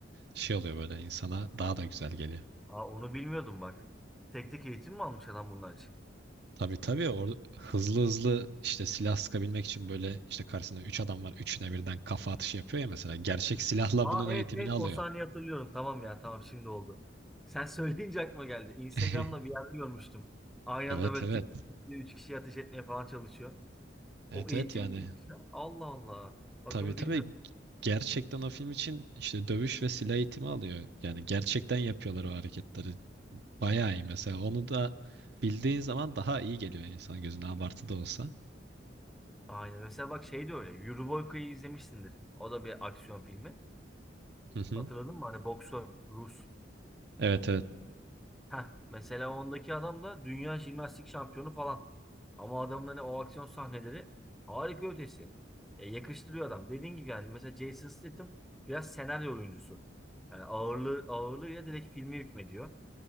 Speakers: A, on the right (about 60°); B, in the centre.
A: şey oluyor böyle insana daha da güzel geliyor.
B: Aa, onu bilmiyordum bak. Tek tek eğitim mi almış adam bunlar için?
A: Tabii tabii orada hızlı hızlı işte silah sıkabilmek için böyle işte karşısında 3 adam var. Üçüne birden kafa atışı yapıyor ya mesela. Gerçek silahla
B: Aa
A: bunun
B: evet
A: eğitimini
B: evet
A: alıyor.
B: o sahneyi hatırlıyorum. Tamam ya tamam şimdi oldu. Sen <laughs> söyleyince aklıma geldi. Instagram'da
A: <laughs>
B: bir yerde görmüştüm. Aynı
A: Evet
B: anda böyle
A: evet.
B: tık tık tık diye üç kişiyi ateş etmeye falan çalışıyor. O
A: Evet
B: eğitim
A: evet yani
B: miymiş ya? Allah Allah. Bak
A: tabii
B: onu
A: tabii
B: bilmiyordum.
A: gerçekten o film için işte dövüş ve silah eğitimi alıyor. Yani gerçekten yapıyorlar o hareketleri. Bayağı iyi mesela. Onu da bildiğin zaman daha iyi geliyor insan gözüne abartı da olsa.
B: Aynen. Mesela bak şey de öyle. Euroboyka'yı izlemişsindir. O da bir aksiyon filmi.
A: Hı hı.
B: Hatırladın mı? Hani boksör, Rus.
A: Evet evet.
B: Heh, mesela ondaki adam da dünya jimnastik şampiyonu falan. Ama adamın hani o aksiyon sahneleri harika ötesi. Ya yakıştırıyor adam. Dediğin gibi yani mesela Jason Statham biraz senaryo oyuncusu. Yani ağırlığı ağırlığıyla direkt filmi hükmediyor.